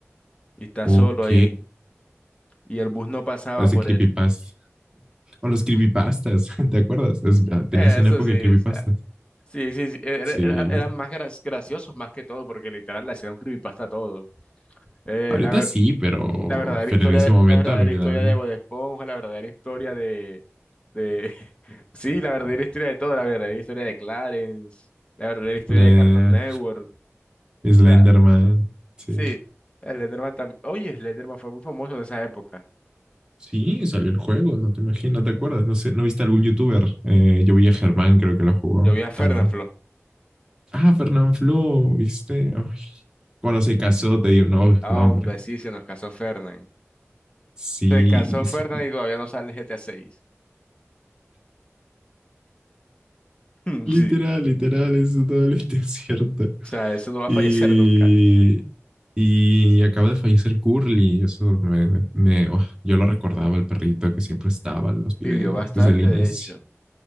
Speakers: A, on the left; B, on the right.
A: y está
B: Ok.
A: solo ahí y el bus no pasaba
B: Parece
A: por
B: creepypasta.
A: él.
B: O los creepypastas, <laughs> ¿te acuerdas? Es- ah, tenías
A: Eso
B: una época
A: sí,
B: de creepypastas.
A: o sea, Sí, sí, sí, e-, era-
B: Sí.
A: era- eran más gras- graciosos más que todo, porque literal le hacían un creepypasta a todo. Eh,
B: Ahorita
A: la, ver-
B: sí, pero,
A: la verdadera
B: pero
A: historia,
B: en ese
A: de-
B: momento
A: la verdadera
B: a mí me
A: historia
B: da miedo.
A: de Bob Esponja, la verdadera historia de, de, <laughs> sí, la verdadera historia de todo, la verdadera historia de Clarence, la verdadera historia
B: Le-
A: de Cartoon Network, o
B: Slenderman.
A: sea,
B: Sí.
A: sí, Slenderman también, oye, Slenderman fue muy famoso en esa época.
B: Sí, salió el juego, no te imaginas, ¿no te acuerdas? No sé, ¿no viste algún youtuber? Eh, yo vi a Germán, creo que lo jugó
A: Yo vi a Fernanfloo,
B: también. Ah, Fernán Flo, ¿viste? Ay. Cuando se casó, te dio no,
A: ah,
B: no, hombre.
A: hombre, sí, se nos casó Fernan,
B: Sí,
A: se casó Fernan
B: sí.
A: y todavía no sale el GTA seis. <laughs>
B: literal, literal, eso es totalmente <laughs> cierto.
A: Sí, o sea, eso no va
B: Y,
A: a fallecer nunca.
B: Y acaba de fallecer Curly, eso me, me- me- oh, yo lo recordaba, el perrito que siempre estaba en los videos
A: Vivió bastante,
B: desde el inicio.
A: de hecho.